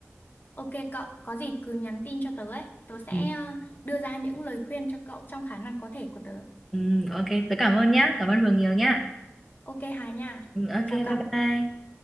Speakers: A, on the left; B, in the centre.
A: Ok cậu, có gì cứ nhắn tin cho tớ ấy. Tớ sẽ
B: Ừ,
A: ờ, đưa ra những lời khuyên cho cậu trong khả năng có thể của tớ.
B: ừ, ok, tớ cảm ơn nhá, cảm ơn Hường nhiều nhá.
A: Ok Hà nha.
B: Ừ, ok,
A: Chào
B: bye
A: cậu.
B: bye.